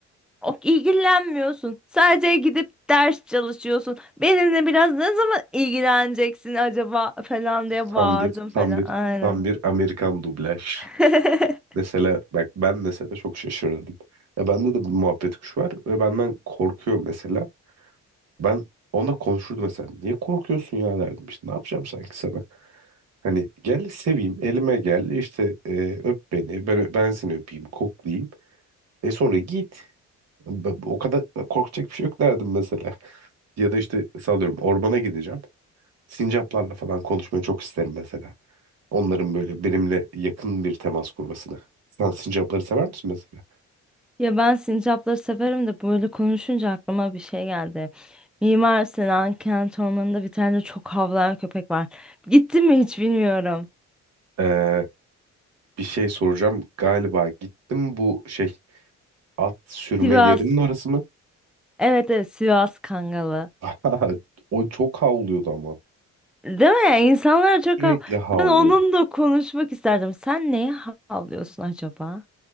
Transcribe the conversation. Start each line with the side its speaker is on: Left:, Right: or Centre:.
Centre: o- ilgilenmiyorsun. Sadece gidip ders çalışıyorsun. Benimle biraz ne zaman ilgileneceksin acaba falan diye
Right: Tam
Centre: bağırdım
Right: bir
Centre: falan.
Right: tam bir
Centre: Aynen.
Right: tam bir Amerikan dublaj.
Centre: <laughs>
Right: Mesela bak ben mesela çok şaşırdım. Ya bende de bir muhabbet kuşu var ve benden korkuyor mesela. Ben ona konuşurdum mesela. Niye korkuyorsun ya derdim işte. Ne yapacağım sanki sana? Hani gel seveyim, elime gel, işte e, öp beni, ben, ben seni öpeyim, koklayayım. E sonra git. Ben- O kadar korkacak bir şey yok derdim mesela. Ya da işte sallıyorum ormana gideceğim. Sincaplarla falan konuşmayı çok isterim mesela. Onların böyle benimle yakın bir temas kurmasını. Sen sincapları sever misin mesela?
Centre: Ya ben sincapları severim de böyle konuşunca aklıma bir şey geldi. Mimar Sinan Kent Ormanı'nda bir tane çok havlayan köpek var. Gitti mi hiç bilmiyorum.
Right: Ee, bir şey soracağım. Galiba gittim bu şey at sürme
Centre: Sivas.
Right: yerinin orası mı?
Centre: Evet evet Sivas Kangalı.
Right: <laughs> O çok havlıyordu ama.
Centre: Değil mi? İnsanlara çok
Right: Sürekli
Centre: hav...
Right: havlıyor.
Centre: Ben onunla konuşmak isterdim. Sen neye havlıyorsun acaba?